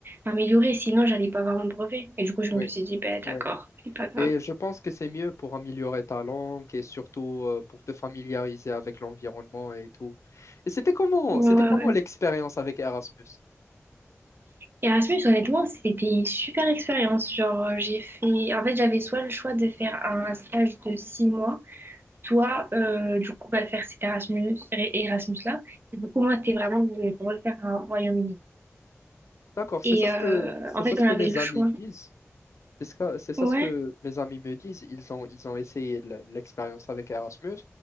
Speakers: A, on the right; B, on the left.
A: m'améliorer, sinon j'allais pas avoir mon brevet. Et du coup, je
B: ouais,
A: me suis dit, ben d'accord,
B: ouais.
A: c'est pas grave.
B: Et je pense que c'est mieux pour améliorer ta langue et surtout euh, pour te familiariser avec l'environnement et tout. Et c'était comment,
A: Ouais,
B: c'était
A: ouais,
B: comment
A: ouais.
B: l'expérience avec Erasmus?
A: Erasmus, honnêtement, c'était une super expérience. Genre, euh, j'ai fait... En fait, j'avais soit le choix de faire un stage de six mois, soit, euh, du coup, ben, faire cet Erasmus, Erasmus-là. Et du coup, moi, c'était vraiment, je voulais vraiment le faire au Royaume-Uni.
B: D'accord, c'est
A: Et
B: ça ce
A: euh,
B: que, c'est
A: en
B: ça
A: fait,
B: ce
A: on
B: que
A: avait
B: mes
A: le choix.
B: amis disent. C'est ça c'est ça
A: Ouais,
B: ce que mes amis me disent. Ils ont, ils ont essayé l- l'expérience avec Erasmus